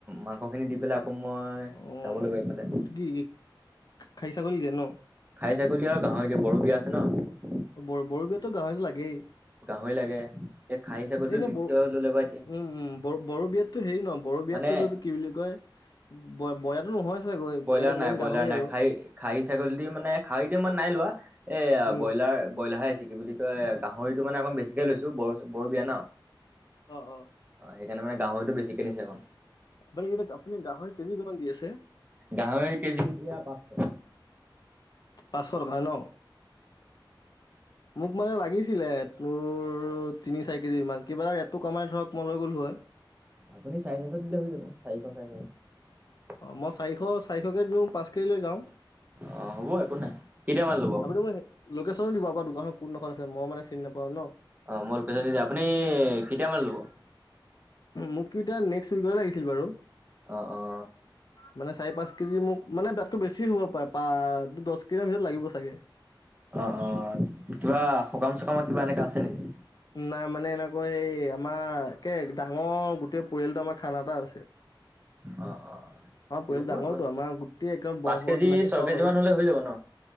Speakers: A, on the right; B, on the left.
A: মাংসখিনি দি পেলাই আকৌ মই
B: অ,
A: যাব লাগিব এইফালে
B: আপনি কি খাই ছাগলী দিয়ে ন <unintelligible>
A: খাই ছাগলী আৰু গাঁৱৰ এতিয়া বড়ো বিয়া আছে ন।
B: অ, ব বৰো বিয়াতো গাহৰিতো লাগেই।
A: গাহৰি লাগে। এই খাহী ছাগলীটো
B: এন
A: দ্বিতীয়
B: বো
A: ল'লে বা এতিয়া
B: উম, উম ব বড়ো বিয়াতো হেৰি নহ বড়ো বিয়াতটোতো
A: মানে
B: কি বুলি কয়? বয়লাৰ নহয়। চাগৈ
A: ব্ৰইলাৰ
B: এ
A: নাই,
B: মেইন
A: ব্ৰইলাৰ
B: গাহৰি
A: নাই,
B: আৰু
A: খাহী খাহী ছাগলী দি মানে খাহীদি মই নাই লোৱা এয়া
B: উম।
A: ব্ৰইলাৰ ব্ৰলাৰ আহ আছে, কি বুলি কয় গাহৰিটো মানে অকণ বেছিকে লৈছো। বো বড়ো বিয়া না অ,
B: অ', অ'।
A: সেইকাৰণে মানে গাহৰিতো বেছিকে নিছে এ অ'কন
B: আপুনি কেই আপুনি গাহৰ কেজি কিমান দি আছে?
A: গাহৰি কেজি এতিয়া পাঁচশ টকা।
B: পাঁচশ টকা ন?
A: <inaudible>
B: মোক মানে লাগিছিলে তোৰ তিনি চাৰি কেজি মান কিবা এটা ৰেটটো কমাই ধৰক মই লৈ গ'লো হয়
A: আপুনি চাৰে চাৰিশ দিলে হৈ যাব চাৰিশ চাৰে চাৰিশ
B: অ মই চাৰিশ চাৰিশকে দিওঁ পাঁচ কেজি লৈ যাওঁ
A: অ হ'ব একো নাই কেতিয়া মানে ল'ব
B: আপুনি মোক লোকেশ্যনো দিব আপোনাৰ দোকানৰ কোনোদখত আছে মই মানে চিনি নাপাওঁ ন
A: অ মই লোকেশ্যন দি দিম আপুনি কেতিয়া মানে লব
B: মোকতো এতিয়া নেক্সট উইক লাগিছিল বাৰু
A: অ অ
B: মানে চাৰি পাঁচ কেজি মোক মানে তাতকৈ বেছি হ'ব পাৰে পা দছ কেজি ভিতৰত লাগিব চাগে
A: অ অ কিবা সকাম চকাম কিবা এনেকা আছে নেকি
B: নাই মানে এনেকৈ এই আমাৰ একে ডাঙৰ গোটেই পৰিয়ালটো আমাৰ খানা এটা আছে
A: অ অ
B: আমাৰ
A: দিব
B: পৰিয়াল ডাঙৰটো
A: একো নাই
B: আমাৰ গোটেই একদম বংশ
A: পাঁচ কেজি
B: যিমানাখিনি
A: ছয়
B: চব
A: কেজি
B: আৰু
A: মান হ'লে হৈ যাব ন?